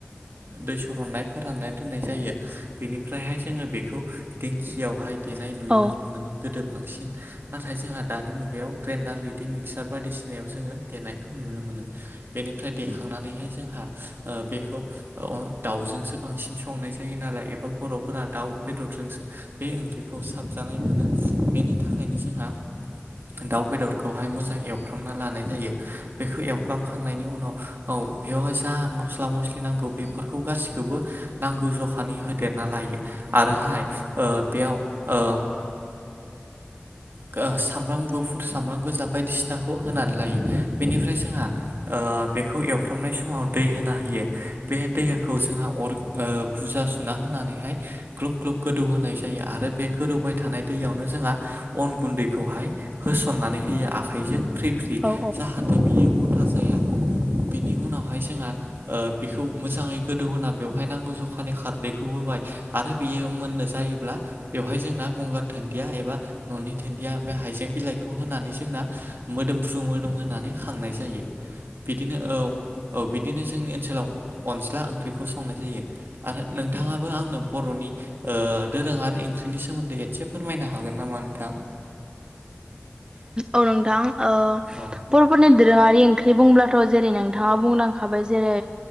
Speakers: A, on the right; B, on the right.
A: दै सननाय फोराननाय दोननाय जायो बेनिफ्रायहाय जोङो बेखौ दिंखियावहाय देनाय नुयनो
B: औ
A: मोनदोंमोन गोदो। बांसिन नाथाय जोंहा दानि मुगायाव ग्रेन्डार रेदि मिक्सार बायदिसिनायाव जोङो देनायखौ नुनो मोनो। बिनिफ्राय देखांनानैहाय जोंहा ओ बेखौ औ दाउजोंसो बांसिन संनाय जायोऋ नालाय एबा बर'फोरा दाउ बेदरजोंसो बे ओंख्रिखौ साबजानाय मोनो बेनि थाखायनो जोंहा दाउ बेदरखौहाय मोजां एव फ्रामना लानाय जायो बेखौ एवफ्रामखांनायनि उनाव औ बेयावहाय जा मस्ला मस्लि नांगौ बेफोरखौ गाखौबो नांगौ जखानि होदेरना लायो आरोहाय ओ बेयाव औ सामब्राम गुफुर सामब्राम गोजा बायदिसिनाखौ होनानै लायो बेनिफ्राय जोंहा ओ बेखौ एवफ्रामनाय समाव दै होना होयो। बे दैयाखौ जोंहा अर बुजा सुना होनानैहाय ग्लब ग्लब गोदौ होनोनाय जायो आरो ओमफ्राय बे गोरौबाय थानाय दैयावनो जोंहा अन गुन्दैखौहाय होसननानै होयो आखाइजों फ्रि फ्रि
B: औ औ
A: जाहाथे बियो अथा जाया बेनि उनावहाय जोंहा बेखौ मोजाङै गोदौहोना बेवहाय नांगौ जखानि खारदैखौ होबाय आरो बियो मोननो जायोब्ला बेवहाय जोंना गंगार दोनन्दिया एबा न'नि दोनन्दिया बे हाइजें बिलाइखौ होनानै जोंना मोदोमफ्रु मोदोम होनानै खांनाय जायो बिदिनो औ औ बिदिनो जोंनि ओनसोलाव अनज्ला ओंख्रिखौ संनाय जायो आरो नोंथाङाबो आंनो बर'नि ओ दोरोङारि ओंख्रिनि सोमोन्दै एसे फोरमायनो हागोन नामा नोंथां?
B: औ नोंथां ओ
A: औ
B: बर'फोरनि दोरोङारि ओंख बुंब्लाथ' जेरै नोंथाङा बुंलांखाबाय जेरै